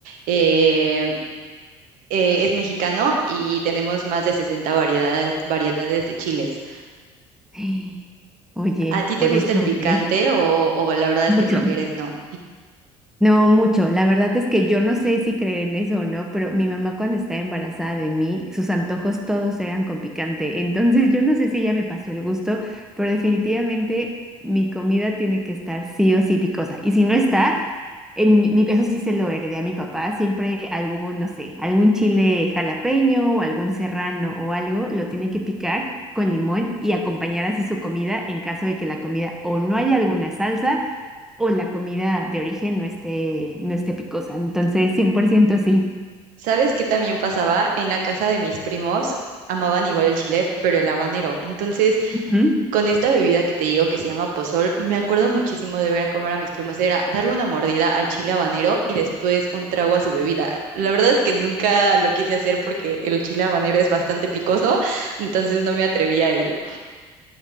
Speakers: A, on the right; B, in the centre.
A: eh, eh, es mexicano y tenemos más de 60 variedades, variedades de chiles.
B: <gasps> Oye,
A: ¿A ti te
B: por
A: gusta
B: eso,
A: el picante
B: por eso,
A: o, o la verdad es
B: mucho.
A: que prefieres no?
B: No mucho, la verdad es que yo no sé si creer en eso o no, pero mi mamá cuando estaba embarazada de mí, sus antojos todos eran con picante, entonces yo no sé si ella me pasó el gusto, pero definitivamente mi comida tiene que estar sí o sí picosa, y si no está, en mi, eso sí se lo heredé a mi papá, siempre algún, no sé, algún chile jalapeño o algún serrano o algo, lo tiene que picar con limón y acompañar así su comida en caso de que la comida o no haya alguna salsa o la comida de origen no esté, no esté picosa. Entonces, 100% sí.
A: ¿Sabes qué también pasaba? En la casa de mis primos amaban igual el chile, pero el habanero. Entonces,
B: Ujú.
A: con esta bebida que te digo que se llama pozol, me acuerdo muchísimo de ver a comer a mis primos. Era darle una mordida al chile habanero y después un trago a su bebida. La verdad es que nunca lo quise hacer porque el chile habanero es bastante picoso, <laughs> entonces no me atreví a ello.